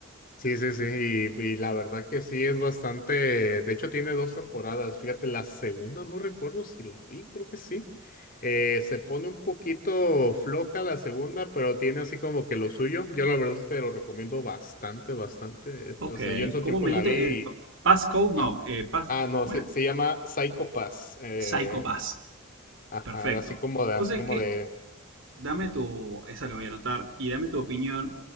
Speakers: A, on the left (about 40°); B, on the right (about 60°).
A: Sí, sí, sí, y, y la verdad que sí es bastante, de hecho tiene dos temporadas, fíjate, la segunda no recuerdo si la vi, creo que sí, Eh, se pone un poquito floja la segunda, pero tiene así como que lo suyo, yo la verdad sí te lo recomiendo bastante, bastante, Es-
B: Ok,
A: o sea, yo en su
B: ¿cómo
A: tiempo
B: me
A: la
B: dijiste?
A: vi y,
B: Eh, pa- Passcode,
A: ah,
B: no, eh, pas-
A: ah, no,
B: ¿cómo
A: se,
B: era?
A: se llama Psycho Pass, eh,
B: Psycho Pass.
A: ajá,
B: Perfecto.
A: así como de, así
B: Vos sabés
A: como
B: que,
A: de,
B: dame tu, esa lo voy a anotar, y dame tu opinión